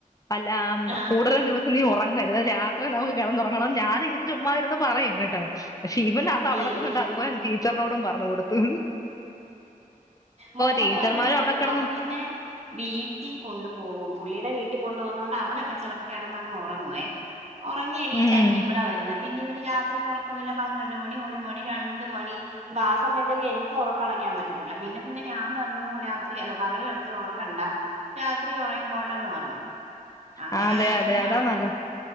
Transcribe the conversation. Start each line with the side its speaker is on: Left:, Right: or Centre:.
Left: അല്ല
Right: ആ.
Left: കൂടുതൽ ദിവസം നീ ഉറങ്ങരുത് രാത്രി നമുക്ക് കിടന്ന് ഉറങ്ങണം ഞാന് ഇങ്ങനെ ചുമ്മാ ഇരുന്ന് പറയും കേട്ടോ പക്ഷെ ഇവൻ അത് അവിടെചെന്നിട്ട്
Right: ഉം, ഉം.
Left: അതുപോലെ തന്നെ ടീച്ചറിനോടും പറഞ്ഞു കൊടുത്ത്
Right: മോനും
Left: ടീച്ചർമാരും
Right: അങ്ങനെ ആരുന്ന്
Left: അവിടെ കിടന്നു
Right: അവൻ പിന്നെ വീട്ടി കൊണ്ടു പോകും പുള്ളിയുടെ വീട്ടിൽ കൊണ്ടു പോകുന്നതോണ്ട് അവിടൊക്കെ ചെലപ്പോ കിടന്നങ്ങ് ഉറങ്ങുവേ ഒറങ്ങി എണീറ്റായിരിക്കും
Left: ഉം
Right: ഇവിടെ വരുന്നേ- പിന്നെ ഇവന് രാത്രി ഒറക്കമില്ല പന്ത്രണ്ട് മണി ഒരു മണി രണ്ട് മണി അപ്പൊ ആ സമയത്തൊക്കെ എനിക്ക്- എനിക്ക് ഒറക്കം ഒളക്കാൻ പറ്റത്തില്ല പിന്നെ പിന്നെ ഞാൻ പറഞ്ഞു രാത്രി അല്ല പകല് കെടത്തി ഒറ- ക്കണ്ടാ രാത്രി ഉറങ്ങി കോട്ടെന്ന് പറഞ്ഞു അങ്ങനെ
Left: ആഹ് അതെ
Right: ആയ
Left: അതെ
Right: പിന്നെ
Left: അതാ നല്ലത്